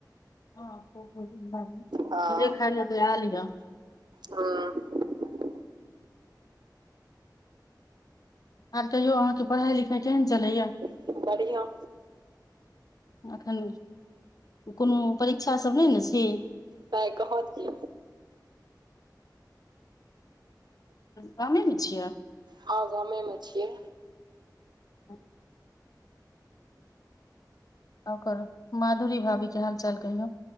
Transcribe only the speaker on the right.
हँ
हँ। <inaudible>
बढ़िआ
त कह कि
हँ गामे मे छियै